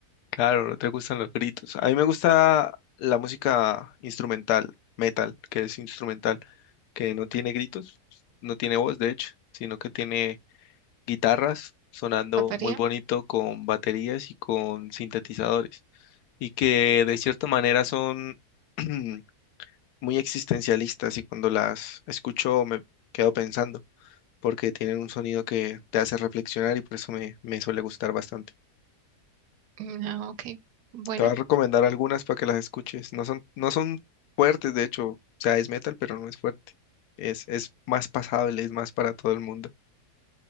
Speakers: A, on the left; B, on the right.
A: Claro, no te gustan los gritos. A mí me gusta la música instrumental, metal, que es instrumental, que no tiene gritos, no tiene voz, de hecho, sino que tiene guitarras sonando
B: ¿Pataría?
A: muy bonito con baterías y con sintetizadores, y que de cierta manera son <clears throat> muy existencialistas y cuando las escucho me quedo pensando, porque tienen un sonido que te hace reflexionar y por eso me, me suele gustar bastante.
B: Mm, Ah, ok. Bueno,
A: Te voy a recomendar algunas para que las escuches. No son, no son fuertes, de hecho. O sea, es metal, pero no es fuerte. Es, es más pasable, es más para todo el mundo.